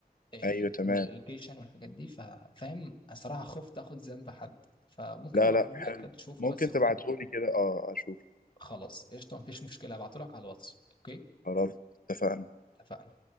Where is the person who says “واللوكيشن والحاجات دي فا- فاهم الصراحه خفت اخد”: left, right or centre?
Left